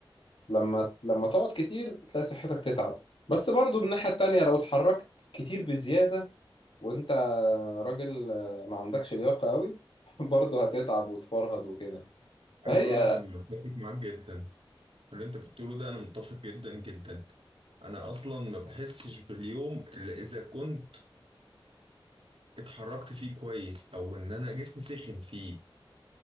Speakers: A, on the left; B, on the right.
A: لما لما تقعد كتير تلاقي صحتك تتعب بس برضو من الناحية التانية لو اتحركت كتير بزيادة وانت راجل ما عندكش لياقة قوي <laughs> برضه هتتعب وتفرهد وكده فهي
B: عايز اقول لك انا <laughs> متفق معاك جدا في اللي انت بتقوله ده انا متفق جدا جدا انا اصلا ما بحسش باليوم الا اذا كنت اتحركت فيه كويس او ان انا جسمي سخن فيه